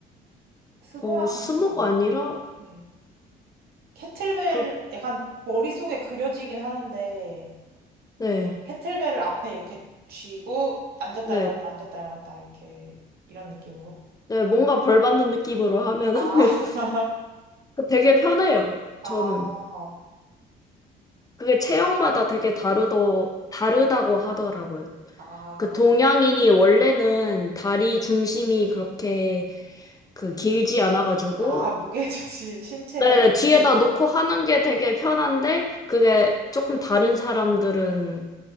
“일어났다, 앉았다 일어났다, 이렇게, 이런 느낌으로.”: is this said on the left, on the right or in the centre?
Right